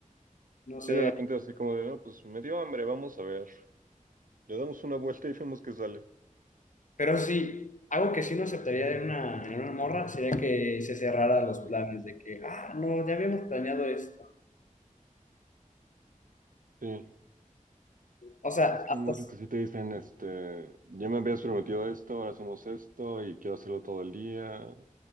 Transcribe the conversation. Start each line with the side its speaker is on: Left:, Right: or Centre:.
Left: no sé,
Right: Y de repente así como de, no, pues me dio hambre, vamos a ver. Le damos una vuelta y vemos qué sale.
Left: Pero sí, algo que sí no aceptaría en una, en una morra sería que se cerrara los
Right: Mm.
Left: planes de que, ah, no, ya habíamos planeado esto.
Right: Sí.
Left: O sea,
Right: Es que
Left: hasta,
Right: hay muchos que sí te dicen, este, ya me habías prometido esto, ahora hacemos esto y quiero hacerlo todo el día.